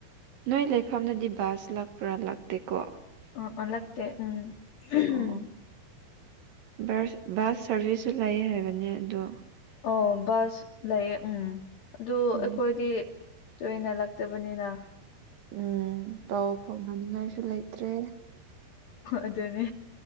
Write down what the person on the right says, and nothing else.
ꯅꯣꯏ ꯂꯩꯐꯝꯗꯗꯤ ꯕꯥꯁ ꯂꯥꯛꯄ꯭ꯔꯥ ꯂꯥꯛꯇꯦꯀꯣ
ꯑꯣ ꯕꯁ ꯕꯁ ꯁꯔꯚꯤꯁꯁꯨ ꯂꯩꯌꯦ ꯍꯥꯏꯕꯅꯦ ꯑꯗꯣ
ꯎꯝ
ꯎꯝ ꯄꯥꯎ ꯐꯥꯎ ꯅꯤꯡꯉꯥꯏꯁꯨ ꯂꯩꯇ꯭ꯔꯦ